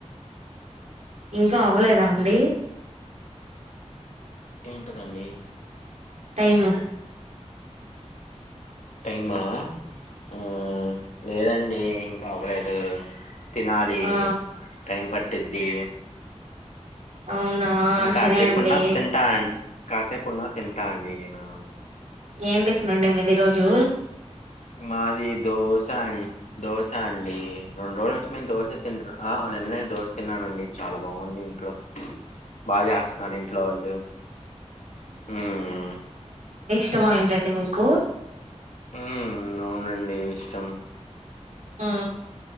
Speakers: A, on the right; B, on the left.
A: ఇంకా అవ్వలేదా అండి.
B: ఏంటి దండి.
A: టైము
B: టైమా ఆ లేదండి. ఇంకా అవలేదు తినాలి
A: ఆ
B: టైం పట్ పెద్ది
A: అవునా
B: ఇంకాసేపున్నా
A: సరే అండి
B: తింటా అం కాసేపు ఉన్న తింటా అండి నేను.
A: ఏంటి టిఫినండి మీది ఈరోజు
B: మాది దోశ అం దోశ అండి. రెండు రోజుల నుంచి మేము దోశ తింటున్నా ఆ నిన్నా నే దోశ తిన్నానండి. చాలా బాగుంది ఇంట్లో బాగా చేస్తున్నారు. ఇంట్లో వాళ్ళు ఉమ్
A: ఇష్టమ ఏంటండి మీకు
B: ఉమ్ అవునండి. ఇష్టం
A: ఆ